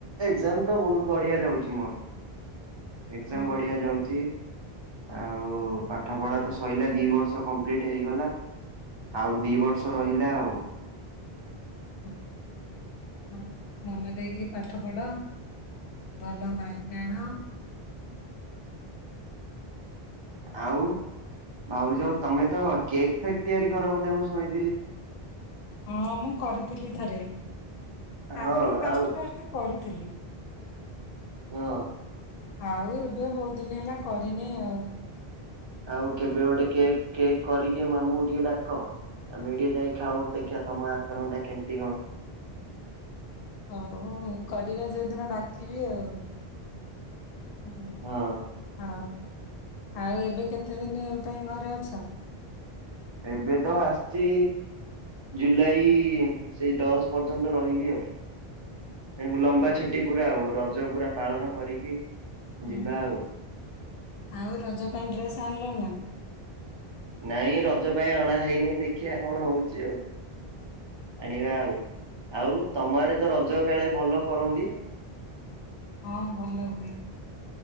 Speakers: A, on the right (about 35°); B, on the left (about 65°).
A: ଏକ୍ଜାମ୍ ତ ବୋହୁତ୍ ବଢ଼ିଆ ଯାଉଚି ମୋର। ଏକ୍ଜାମ୍
B: ହଁ।
A: ବଢ଼ିଆ ଯାଉଚି। ଆଉ ପାଠ ପଢ଼ା ତ ସଇଲା ଦି ବର୍ଷ କମ୍ପ୍ଲିଟ୍ ହେଇଗଲା ଆଉ ଦି ବର୍ଷ ରହିଲା ଆଉ
B: ହୁଁ। ହଁ ମନଦେଇକି ପାଠ ପଢ ଭଲ ମାର୍କ ଆଣ।
A: ଆଉ ଭାଉଜ ତମେ ତ କେକ୍ ଫେକ୍ ତିଆରି କର ବୋଧେ ମୁଁ ଶୁଣିଥିଲି।
B: ହଁ ମୁଁ କରିଥିଲି ଥରେ।
A: ହଁ
B: ଆଗୁରୁ ଫାଷ୍ଟ
A: ଆଉ
B: ଫାଷ୍ଟ କରୁ ଥିଲି।
A: ହଁ।
B: ଆଉ ଏବେ ବୋହୁତ ଦିନି ହେଲା କରିନି ଆଉ।
A: ଆଉ କେବେ ଗୋଟେ କେକ୍ କେକ୍ କରିକି ଆମୁକୁ ଟିକେ ଡାକ‌ ଆମେ ଟିକେ ଯାଇ ଖାଉଁ ଦେଖିଆ ତମ ହାତ ରନ୍ଧା କେମତି କଣ?
B: ହଉ କରିବା ଯୋଉ ଦିନ ଡାକିବି ଆଉ। ହୁଁ
A: ହଁ
B: ହଁ। ଆଉ ଏବେ କେତେ ଦିନି ଏ ପାଇଁ ଘରେ ଅଛ?
A: ଏବେ ତ ଆସଚି ଜୁଲାଇ ସେଇ ଦଶ ପର୍ଯ୍ୟନ୍ତ ରହିବି ଆଉ। ଏଇ ମୁଁ ଲମ୍ବା
B: ହୁଁ,
A: ଛୁଟି ପୁରା ଆଉ ର ଜ ପୁରା ପାଳନ କରିକି
B: ହୁଁ
A: ଯିବା ଆଉ।
B: ଆଉ ରଜ ପାଇଁ ଡ୍ରେସ୍ ଆଣିଲ ନା?
A: ନାଇଁ ରଜ ପାଇଁ ଅଣା ହେଇନି ଦେଖିବା କଣ ହଉଚି ଆଉ ଆଣିବା ଆଉ ଆଉ ତମ ଆଡେ ତ ରଜ କାଳେ ଭଲ କରନ୍ତି?
B: ହଁ ଭଲ ହୁଏ।